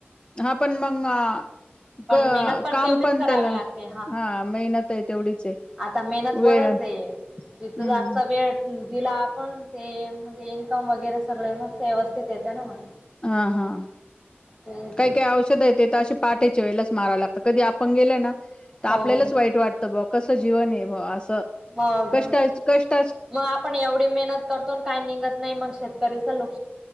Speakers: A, on the left; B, on the right.
A: हा पण मंग अ
B: मेहनत
A: काम
B: तेवढीच
A: पण
B: करावी
A: त्याला
B: लागते
A: हा मेहनत आहे तेवढीच आहे.
B: आता मेहनत वरच
A: वेळ
B: हे. तिथं
A: हम्म
B: जास्त वेळ दिला आपण ते ते म्हणजे इन्कम वगैरे सगळे मस् व्यवस्थित येते ना मग.
A: हा हा.
B: तेच
A: काही काही औषधं येत तर अशे पहाटेच्या वेळेलाच माराव लागतं. कधी आपण गेलं ना तर
B: हो
A: आपल्यालाच
B: हो
A: वाईट वाटत ब कस जीवन आहे ब असं
B: मग
A: कष्टा कष्ट
B: मग आपण एवढी मेहनत करतो काय निघत नाही मग शेतकरीच नुक